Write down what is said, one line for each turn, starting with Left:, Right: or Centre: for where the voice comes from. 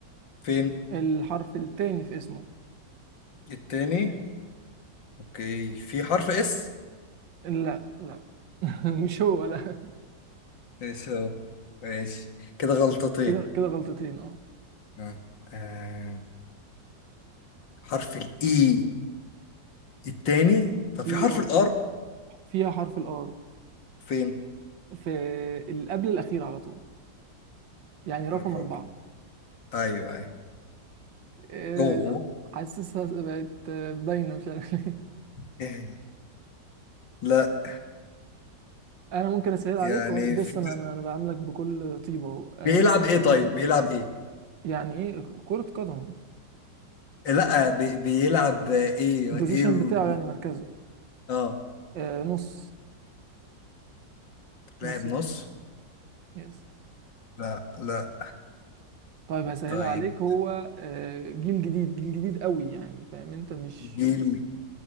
Left: فين
Right: الحرف التاني في اسمه
Left: التاني اوكي في حرف اس
Right: لا لا <laughs> مش هو لا
Left: ماشي اهو ماشي كده غلطتين
Right: كده كده غلطتين اه
Left: آه. آه. حرف الاي التاني طب
Right: في
Left: في حرف
Right: اه
Left: الار
Right: في فيها حرف الار
Left: فين
Right: في اللي قبل الاخير على طول يعني رقم
Left: الرابع
Right: أربعة
Left: ايوه ايوه
Right: إيه،
Left: اوه
Right: حاسسها بقت باينة مش عارف ليه
Left: <laughs> لا
Right: <laughs> أنا ممكن أسهل عليك
Left: يعني
Right: وأقول بص
Left: في...
Right: أنا أنا أنا بعاملك بكل طيبة أهو آه،
Left: بيلعب ايه طيب بيلعب ايه
Right: يعني إيه كرة قدم
Left: لا بي... بيلعب ايه
Right: البوزيشن
Left: ايه و-
Right: بتاعه يعني مركزه
Left: اه
Right: آه، نص
Left: لاعب
Right: نص
Left: نص
Right: ملعب يس
Left: لا لا
Right: طيب هسهلها
Left: طيب
Right: عليك هو آه، جيل جديد جيل جديد قوي يعني فاهم أنت مش
Left: جيل